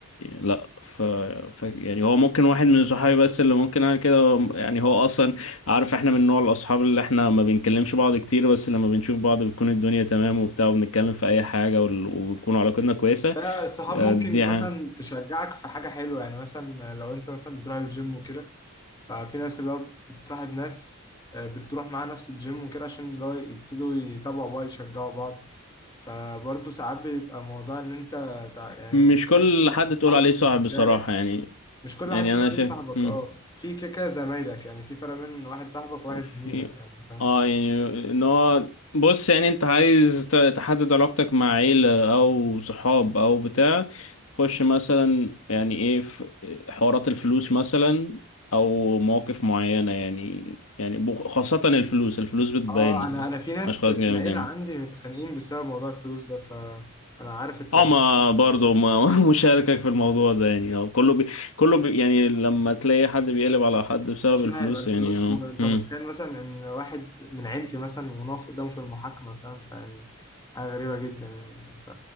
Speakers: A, on the left; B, on the left.
A: لا ف... ف يعني هو ممكن واحد من صحابي بس اللي ممكن اعمل كده يعني هو اصلا عارف احنا من نوع الاصحاب اللي احنا ما بنكلمش بعض كتير بس لما بنشوف بعض بتكون الدنيا تمام وبتاع وبنتكلم في اي حاجة وال- وبتكون علاقتنا كويسة
B: ده الصحاب
A: آه،
B: ممكن
A: دي ها.
B: مثلا تشجعك في حاجة حلوة يعني مثلا لو انت مثلا بتروح الجيم وكده ففي ناس اللي هو بتصاحب ناس آه، بتروح معاها نفس الجيم وكده عشان اللي هو يبتدوا يتابعوا بعض يشجعوا بعض فبرضه ساعات بيبقى موضوع ان انت تع- يعني
A: مش كل
B: تحكي
A: حد
B: اصحابك
A: تقول عليه صاحب
B: تشارك
A: بصراحة يعني
B: مش كل
A: يعني
B: حد تقول
A: أنا
B: عليه
A: شايف
B: صاحبك
A: مم.
B: اه في كيكة زمايلك يعني في فرق بين واحد صاحبك وواحد
A: في
B: زميلك يعني فاهم
A: اه يعني ان هو بص يعني انت عايز ت- تحدد علاقتك مع عيلة او صحاب او بتاع خش مثلا يعني ايه في حوارات الفلوس مثلا او مواقف معينة يعني يعني بخ- خاصة الفلوس الفلوس بتبين
B: اه انا انا في ناس
A: الاشخاص
B: في
A: جامد
B: العيلة
A: يعني
B: عندي متخانقين بسبب موضوع الفلوس ده فانا عارف انت
A: اه
B: بتتكلم
A: ما برضه
B: عن إيه.
A: ما <laughs> مشاركك في الموضوع ده يعني اه كله بي كله بي يعني لما تلاقي حد بيقلب على حد بسبب
B: عشان
A: الفلوس
B: هيبقى الفلوس
A: يعني اه
B: وانت
A: مم.
B: متخيل مثلا ان واحد من عيلتي مثلا ونقف قدامه في المحاكمة فاهم فيعني حاجة غريبة جدا يعني ف...